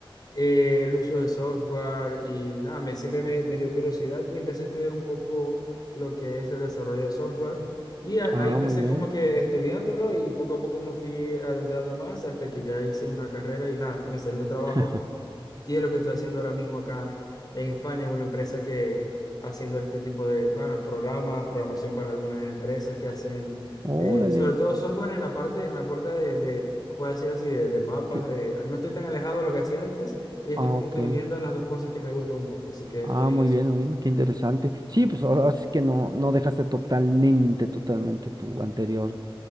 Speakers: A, on the left; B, on the right.
A: eh, el uso de software y nada, me, siempre me, me dio curiosidad y empecé a estudiar un poco lo que es el desarrollo de software y a-
B: Ah,
A: ahí empecé
B: muy bien.
A: como que estudiándolo y poco a poco me fui adentrando más hasta que ya hice una carrera y nada, me salió un trabajo
B: <laughs>
A: y es lo que estoy haciendo ahora mismo acá en España, una empresa que haciendo este tipo de, bueno, programas, programación para algunas empresas que hacen,
B: Órale.
A: eh, sobre todo software en la parte, en la parte de, de puedo decir así, de, de mapas,
B: que-
A: de, no estoy tan alejado de lo que hacía antes y estoy
B: Ah,
A: como
B: ok.
A: que uniendo las dos cosas que me gustan un poco, así que
B: Ah,
A: estoy en
B: muy
A: eso.
B: bien, muy bien, qué interesante. Sí, pues ahora sí que no, no dejaste totalmente, totalmente tu anterior,